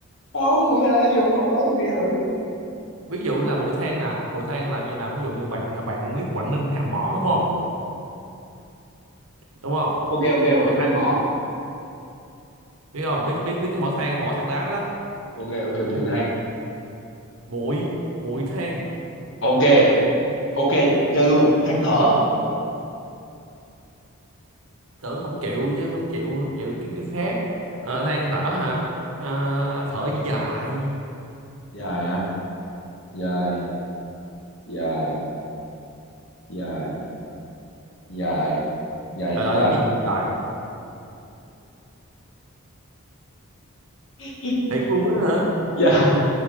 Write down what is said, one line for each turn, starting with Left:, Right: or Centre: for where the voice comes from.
Left: không mũi than lá dung ông nói tôi nghe thử
Right: Ví dụ là muội than là muội than là gì nào? Ví dụ như bạn bạn biết Quảng Ninh cái hầm mỏ đúng không? Đúng không?
Left: ok ok vậy
Right: mỏ
Left: nên
Right: than
Left: bỏ
Right: biết không biết biết biết cái mỏ than mỏ than đá đó
Left: ok ok mũi
Right: than
Left: than
Right: muội muội than
Left: ok ok chơi luôn than thở
Right: tử không chịu chứ không chịu không chịu kiếm cái khác Ờ, than thở hả à, thở dài
Left: dài hả dài dài dài dài dài
Right: trời
Left: gì
Right: ơi
Left: ta
Right: cái gì vậy trời
Left: <laughs>
Right: thiệt luôn á hả
Left: dài